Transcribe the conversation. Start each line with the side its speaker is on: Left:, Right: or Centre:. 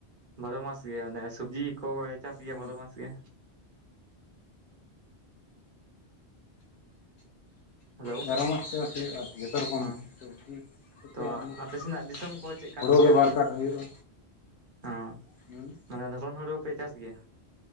Right: ᱵᱟᱨᱚ ᱢᱟᱥ ᱜᱮ ᱚᱱᱮ ᱥᱚᱵᱽᱡᱤ ᱠᱚ ᱪᱟᱥ ᱜᱮᱭᱟ
Left: ᱦᱩᱸ
Right: ᱵᱟᱨᱚ ᱢᱟᱥ ᱜᱮ ᱦᱮᱞᱳ
Left: ᱵᱟᱨᱚ ᱢᱟᱥ ᱪᱟᱥ ᱦᱩᱭᱩᱜ ᱡᱚᱛᱚ ᱨᱚᱠᱚᱢ
Right: ᱦᱚᱸ
Left: ᱥᱚᱵᱽᱡᱤ ᱛᱷᱮᱠᱮ
Right: ᱛᱚ
Left: ᱟᱨᱟᱢᱵᱚ ᱠᱟᱛᱮ
Right: ᱟᱯᱮ ᱥᱮᱱᱟᱜ ᱫᱤᱥᱚᱢ ᱠᱚ ᱪᱮᱫ ᱠᱟᱱ
Left: ᱦᱳᱲᱳ
Right: ᱜᱮᱭᱟ
Left: ᱜᱮ ᱵᱟᱨ ᱠᱟᱴ ᱦᱩᱭᱩᱜᱼᱟ
Right: ᱦᱚᱸ
Left: ᱦᱩᱸ
Right: ᱢᱟᱱᱮ ᱫᱷᱚᱨᱚᱱ ᱦᱩᱲᱩ ᱯᱮ ᱪᱟᱥ ᱜᱮᱭᱟ